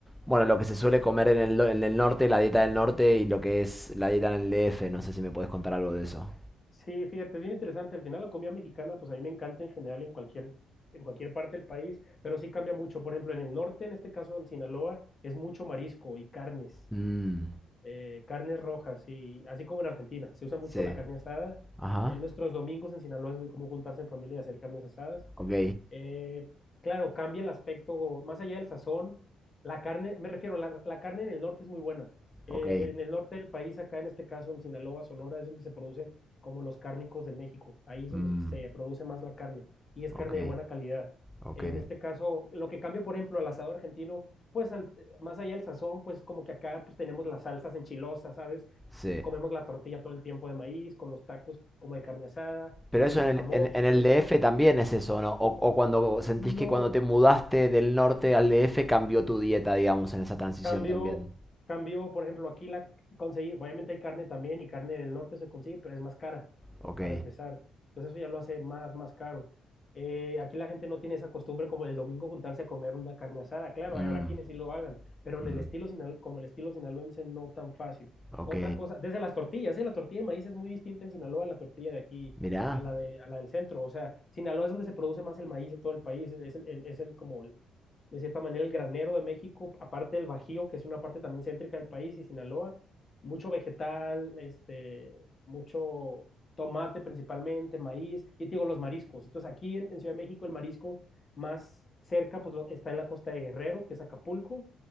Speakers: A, in the centre; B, on the left.
A: bueno, lo que se suele comer en el, do- en el norte, la dieta del norte y lo que es la dieta en el DF. No sé si me puedes contar algo de eso.
B: Sí, fíjate, es bien interesante. Al final la comida mexicana, pues a mí me encanta en general en cualquier, en cualquier parte del país, pero sí cambia mucho. Por ejemplo, en el norte, en este caso en Sinaloa, es mucho marisco y carnes,
A: Mm,
B: eh, carnes rojas, y así como en Argentina, se usa mucho
A: sí.
B: la carne asada.
A: Ajá.
B: En nuestros domingos en Sinaloa es muy común juntarse en familia y hacer carnes asadas.
A: Ok.
B: Eh, claro, cambia el aspecto, más allá del sazón, la carne, me refiero, la, la carne en el norte es muy buena. Eh,
A: Ok.
B: en el norte del país, acá en este caso en Sinaloa, Sonora, es donde se producen como los cárnicos de México. Ahí es
A: Mm,
B: donde se produce más la carne y es
A: ok.
B: carne de buena calidad.
A: Ok.
B: En este caso, lo que cambia, por ejemplo, al asado argentino, pues al- más allá del sazón, pues como que acá pues tenemos las salsas enchilosas, ¿sabes?
A: Sí.
B: Comemos la tortilla todo el tiempo de maíz, con los tacos como de carne asada,
A: Pero
B: con
A: eso
B: el guacamole.
A: en el, en, en el DF también es eso, ¿no? O, o cuando sentís
B: No,
A: que cuando te mudaste del norte al DF cambió tu dieta, digamos, en esa transición
B: Cambio,
A: también.
B: cambio, por ejemplo, aquí la conseguí, obviamente hay carne también y carne del norte se consigue, pero es más cara
A: Ok.
B: para empezar. Entonces eso ya lo hace más, más caro. Eh, aquí la gente no tiene esa costumbre como el domingo juntarse a comer una carne asada. Claro,
A: Mm,
B: habrá quienes sí lo hagan, pero en
A: mm,
B: el estilo sinal- como el estilo sinaloense no tan fácil.
A: ok.
B: Otra cosa, desde las tortillas, ¿eh? La tortilla de maíz es muy distinta en Sinaloa a la tortilla de aquí,
A: Mirá.
B: a la de, a la del centro. O sea, Sinaloa es donde se produce más el maíz de todo el país, es, es el, el- es el como el, de cierta manera el granero de México, aparte del Bajío, que es una parte también céntrica del país, y Sinaloa, mucho vegetal, este, mucho tomate principalmente, maíz, y te digo los mariscos. Entonces aquí en, en Ciudad de México el marisco más cerca pues lo- está en la costa de Guerrero, que es Acapulco,